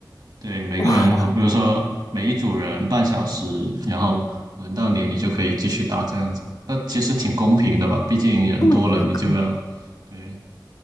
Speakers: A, on the right (about 65°); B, on the left (about 50°).
A: 对，每个人，
B: 哇，
A: 好比如说每一组人半小时，然后轮到你，你就可以继续打这样子。那其实挺公平的吧？毕竟人多了，
B: 这么严格。
A: 你就要，
B: 吗？
A: 对，